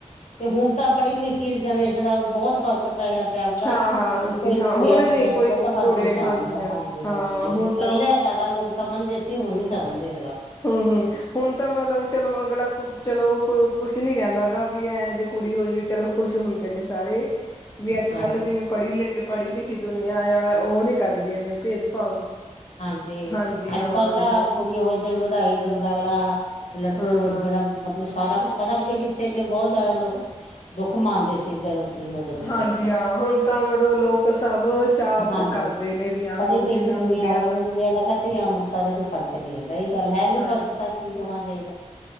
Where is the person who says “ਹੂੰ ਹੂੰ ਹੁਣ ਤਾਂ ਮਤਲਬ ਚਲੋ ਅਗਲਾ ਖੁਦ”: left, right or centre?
Left